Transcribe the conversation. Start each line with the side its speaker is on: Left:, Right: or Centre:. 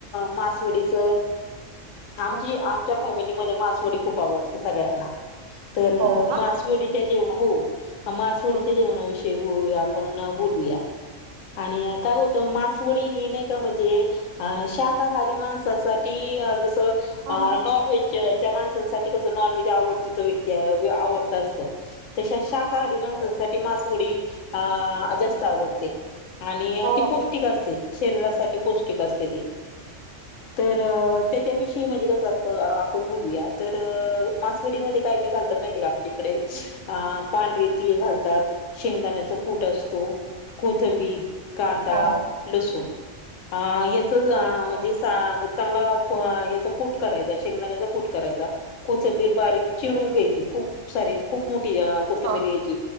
Left: मासवडीच आमची
Right: हा
Left: आमच्या फॅमिलीमध्ये मासवडी खूप आवडते सगळ्यांना. तर
Right: हो हो
Left: मासवडीच्या जेवनां हो मासवडीच्या
Right: हो हो
Left: जेवणाविषय ते वू आपण बोलूया आणि काय त मासवडी ही नाही का म्हणजे, शाकाहारी माणसासाठी जसं
Right: हो
Left: आ नॉनव्हेज चे याच्या माणसांसाठी कस नॉनव्हेज आवडतीच व्यक्ती, आवडत असत. तश्या शाकाहारी माणसाांसाठी मासवडी आ जास्त आवडते आणि
Right: हो
Left: पौष्टिक असते शरीरासाठी पौष्टिक असते ते तर च्या विषयी म्हणजे कस अस आपण बोलूया, त मासवडीमध्ये काय, काय, घालतात माहिती का आमच्या इकडे अ पांढर तीळ घालतात शेंगदाण्यात कूट असतो कोथंबीर कांदा
Right: हो
Left: लसूण आ याच म्हणजे
Right: हो
Left: सा चांगला याच कूट करायच शेंगदाण्याचा कूट करायचा कोथंबीर बारीक चिरून घ्यायची, खूप सारी खूप मोठी आ कोथंबीर
Right: ह
Left: घ्यायची,